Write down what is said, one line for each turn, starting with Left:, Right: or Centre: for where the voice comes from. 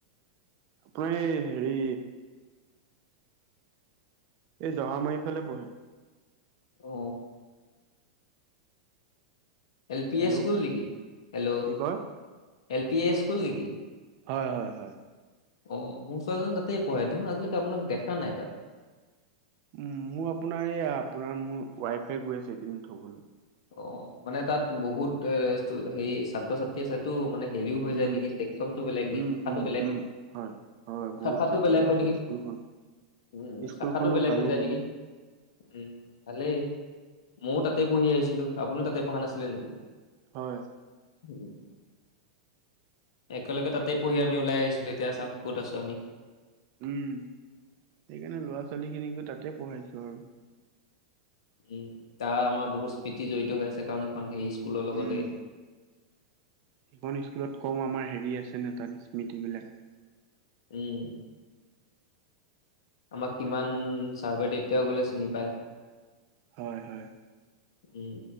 Right: আপোনাৰ এই হেৰি এই জহা মাৰি ফালে পঢ়ে।
Left: ঔ এল পি
Right: হেল্ল'
Left: এ স্কুল নেকি? হেল্ল'
Right: কি কয়?
Left: এল পি এ স্কুল নেকি?
Right: হয় -হয় -হয়।
Left: অহ, মোৰ ছোৱালীজনী তাতেই পহে দেখোন আজিলৈকে আপোনাক দেখা নাই তাত।
Right: উম, মোৰ আপোনাৰ এইয়া আপোনাৰ মোৰ ৱাইফে গৈ আছে এইকেইদিন থবলৈ।
Left: অহ, মানে তাত বহুত এ হেৰি ছাত্ৰ- ছাত্ৰী আছেটো মানে দেৰিও হৈ যায়
Right: উম,
Left: নেকি চেকচনটো বেলেগ নেকি
Right: উম,
Left: নিখাটো
Right: উম,
Left: বেলেগ
Right: উম, হয়, হয়, বহুত
Left: শাখাটো
Right: ছাত্ৰ
Left: বেলেগ
Right: ছাত্ৰী
Left: হয় নেকি?
Right: স্কুলখন
Left: উম,
Right: স্কুলখনো
Left: শাখাটো বেলেগ
Right: ভালো
Left: হৈ যায়
Right: বোলো
Left: নেকি? উম ভালেই ময়ো তাতে পঢ়ি আহিছিলো আপুনিও তাতে পঢ়া নাছিলে নিকি?
Right: হয়।
Left: <unintelligible> একেলগে তাতেই পঢ়ি আমি ওলাই আহিছিলো এতিয়া চাক ক'ত আছো আমি।
Right: উম, সেইকাৰণে লৰা- ছোৱালীখিনিকো তাতে পঢ়াইছো আৰু
Left: উম, তাৰ আমাৰ বহুত স্মৃতি জড়িত হৈ আছে কাৰণ এইখন হে স্কুলৰ লগতে
Right: উম, সেইখন স্কুলত কম আমাৰ হেৰি আছেনে তাত স্মৃতিবিলাক।
Left: উম। আমাক কিমান চাৰ্ভে তেতিয়াও গ'লে চিনি পায়।
Right: হয় হয়।
Left: উম।